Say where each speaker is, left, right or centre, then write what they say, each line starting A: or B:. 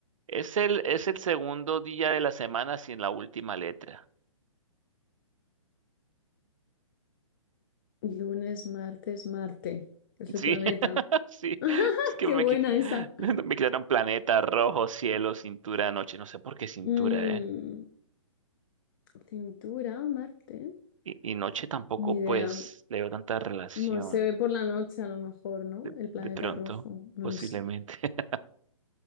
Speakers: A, on the right (about 70°); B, on the left (about 40°).
A: Es el, es el segundo día de la semana sin la última letra.
B: Lunes, martes, Marte. Es
A: Sí,
B: el planeta.
A: <laughs> sí,
B: <laughs>
A: es que
B: ¡Qué
A: me
B: buena
A: quit- <laughs>
B: esa!
A: me quitaron planeta, rojo, cielo, cintura, noche, no sé por qué cintura,
B: Mm,
A: ¿eh?
B: cintura, Marte.
A: Y, y noche tampoco,
B: Ni
A: pues,
B: idea.
A: le veo tanta relación,
B: Bueno, se ve por la noche a lo mejor, ¿no?
A: de,
B: El planeta
A: de pronto,
B: rojo. No
A: posiblemente.
B: lo sé.
A: <laughs>